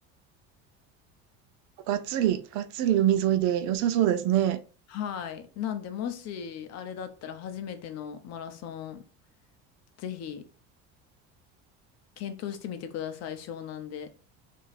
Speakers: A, on the right; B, on the left.
A: がっつり、がっつり海沿いで良さそうですね。
B: はい。なんで、もし、あれだったら初めてのマラソン、ぜひ、検討してみてください、湘南で。